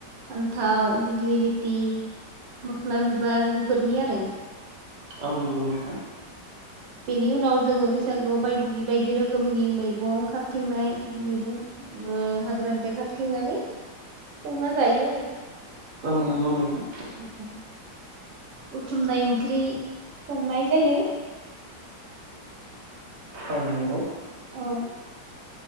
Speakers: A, on the right; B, on the right.
A: फान्थाव, दिग्लि लिटि, मोखना बिबार बेफोरनि आरो
B: औ नंगौ नोंथां।
A: बेनि उनाव जोङो बैसागुआव बायदि बायदि रोखोमनि मैगं खारथिंनाय मैगं ओ हाग्रानि बे खाबथिंनानै संना जायो
B: औ नंगौ नोंथां।
A: अ अ बुथुमनाय ओंख्रि संनाय जायो।
B: औ नंगौ।
A: औ